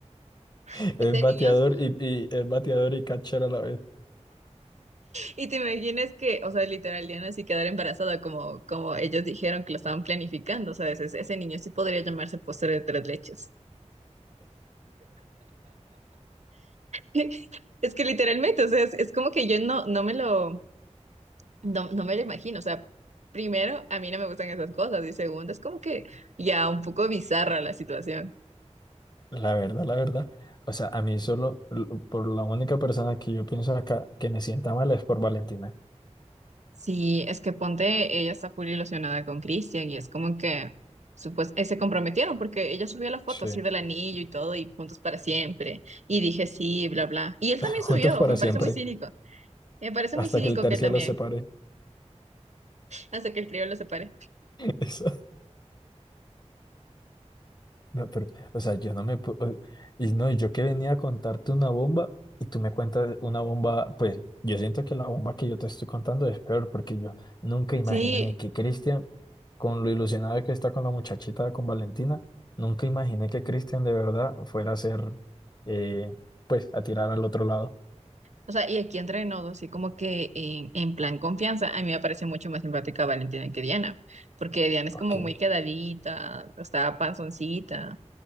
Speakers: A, on the left (about 35°); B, on the right (about 75°).
A: <laughs>
B: <laughs>
A: es
B: ese
A: bateador
B: niños.
A: y, y es bateador y catcher a la vez.
B: Y te imaginas que, o sea, literal, Diana sí quedar embarazada, como, como ellos dijeron que lo estaban planificando. O sea, ese, ese niño sí podría llamarse postre de tres leches. <laughs> Es que literalmente, o sea, es, es como que yo no, no me lo, no, no me lo imagino. O sea, primero, a mí no me gustan esas cosas. Y segundo, es como que ya un poco bizarra la situación.
A: La verdad, la verdad. O sea, a mí solo, l- por la única persona que yo pienso acá que me sienta mal es por Valentina.
B: Sí, es que ponte, ella está full ilusionada con Cristian y es como que supos- eh, se comprometieron porque ella subió la foto
A: Sí.
B: así del anillo y todo y juntos para siempre. Y dije sí, bla, bla. Y él también
A: <laughs> Juntos
B: subió,
A: para
B: me
A: siempre,
B: parece muy cínico. Me parece
A: hasta
B: muy cínico
A: que el tercio
B: que él también,
A: los separe.
B: hasta que el trío lo separe.
A: <laughs> Eso. No, pero, o sea, yo no me... pu- o- Y no, y yo que venía a contarte una bomba y tú me cuentas una bomba, pues yo siento que la bomba que yo te estoy contando es peor porque yo nunca imaginé
B: Sí,
A: que Cristian, con lo ilusionado que está con la muchachita, con Valentina, nunca imaginé que Cristian de verdad fuera a ser, eh, pues, a tirar al otro lado.
B: o sea, y aquí entre nos, así como que en, en plan confianza, a mí me parece mucho más simpática Valentina que Diana, porque Diana es
A: Ok.
B: como muy quedadita, o sea, panzoncita.